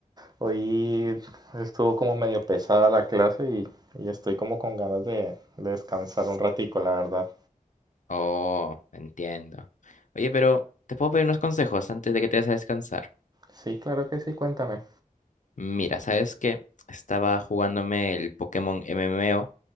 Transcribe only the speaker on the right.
Hoy estuvo como medio pesada la clase y, y estoy como con ganas de, de descansar un ratico, la verdad.
Sí, claro que sí, cuéntame.